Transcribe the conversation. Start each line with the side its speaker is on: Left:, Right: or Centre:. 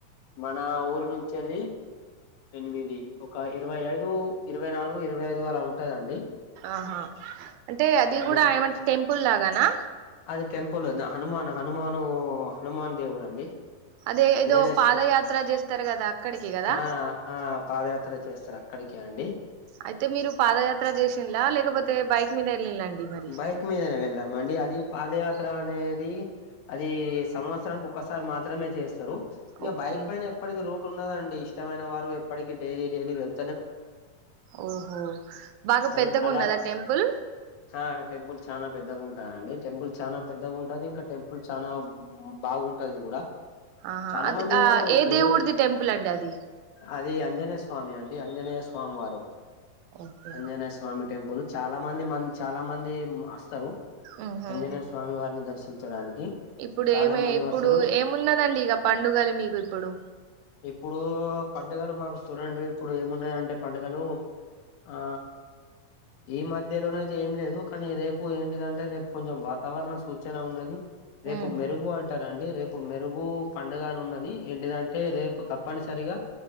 Left: మన ఊరి నుంచి వెళ్ళి ఎనిమిది ఒక ఇరవై ఐదు ఇరవై నాలుగు ఇరవై ఐదు అలా ఉంటదండి
Right: ఆహా అంటే అది
Left: అన్నికి
Right: కూడా ఏమంటే టెంపుల్ లాగానా
Left: అది టెంపుల్ ఉంది హనుమాన్ హనుమాను హనుమాన్ దేవుడు అండి
Right: అదే
Left: అంజనేయ
Right: ఏదో పాదయాత్ర
Left: స్వా
Right: చేస్తారు కదా అక్కడికి కదా
Left: ఆ ఆ పాదయాత్ర చేస్తారు అక్కడికే అండి
Right: అయితే మీరు పాదయాత్ర చేసింలా లేకపోతే బైక్ మీద వెళ్ళింలండి మరి
Left: బైక్ మీదనే వెళ్ళామండి అది పాదయాత్ర అనేది అది సంవత్సరానికి ఒక్కసారి మాత్రమే చేస్తారు ఇంకా
Right: ఓకే
Left: బైక్ పైన ఎప్పటికిీ రూట్ ఉన్నదండి ఇష్టమైన వారు ఎప్పటికీ డైలీ డైలీ వెళ్
Right: ఓహో బాగా
Left: అ
Right: పెద్దగున్నదా
Left: అలా
Right: టెంపుల్
Left: ఆ టెంపుల్ చాలా పెద్దగుంటాందండి టెంపుల్ చాలా పెద్దగా ఉంటుంది ఇంకా టెం పుల్ చాలా బాగుంటది కూడా
Right: ఆహా
Left: చాలా
Right: అది
Left: మంది వెళ్తారు
Right: ఆ ఏ
Left: ఈ
Right: దేవుడిది
Left: రోజు
Right: టెంపుల్ అండి అది
Left: అది ఆంజనేయ స్వామి అండి ఆంజనేయ స్వామి వారు
Right: ఓకే
Left: ఆంజనేయ స్వామి టెంపుల్ చాలా మంది మ చాలా మంది అస్తరు
Right: ఉహు
Left: ఆంజనేయ స్వామి వారిని దర్శించడానికి
Right: ఇప్పుడు
Left: చాలా
Right: ఏమే
Left: మంది
Right: ఇప్పుడు
Left: వస్తారు
Right: ఏమున్నదండి ఇగ పండుగలు మీకు ఇప్పుడు
Left: ఇప్పుడు పండుగలు మాకు చూడండి ఇప్పుడు ఏమున్నాయంటే పండుగలు ఆ ఈ మధ్యలోనే ఏం లేదు కానీ రేపు ఏంటిదంటే రేపు కొంచెం వాతావరణ సూచన ఉన్నది రేపు
Right: ఉహు
Left: మెరుగు అంటారండి రేపు మెరుగు పండుగ అని ఉన్నది ఏంటిదంటే రేపు తప్పనిస సరిగా